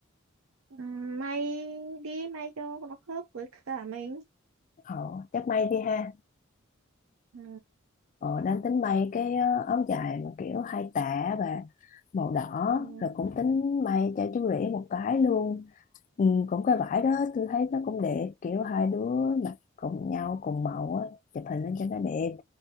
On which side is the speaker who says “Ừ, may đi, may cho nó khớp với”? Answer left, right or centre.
Right